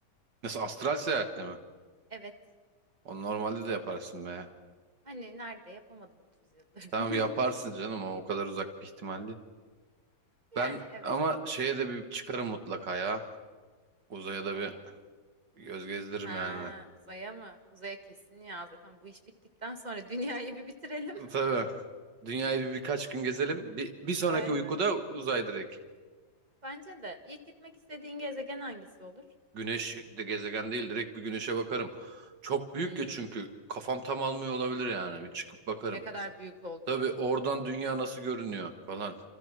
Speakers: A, on the right (about 85°); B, on the right (about 25°).
A: Nasıl astral seyahatle mi?
B: Evet.
A: O normalde de yaparsın be.
B: Hani nerede yapamadım 30 yıldır.
A: Tamam
B: <laughs>
A: yaparsın canım o, o kadar uzak bir ihtimal değil.
B: Yani
A: Ben
B: evet.
A: ama şeye de bir çıkarım mutlaka ya. Uzaya da
B: Neyi?
A: bir göz gezdiririm
B: Ha,
A: yani.
B: uzaya mı? Uzaya kesin ya. Zaten bu iş bittikten sonra dünyayı bir bitirelim.
A: Tabii. Dünyayı bir birkaç gün gezelim. Bir, bir sonraki
B: Aynen.
A: uykuda uzay direkt.
B: Bence de. İlk gitmek istediğin gezegen hangisi olur?
A: Güneş de gezegen değil direkt bir güneşe bakarım. Çok büyük
B: Hmm,
A: ya çünkü kafam tam almıyor olabilir yani. Bir çıkıp bakarım.
B: ne kadar büyük olduğunu.
A: Tabii oradan dünya nasıl görünüyor falan.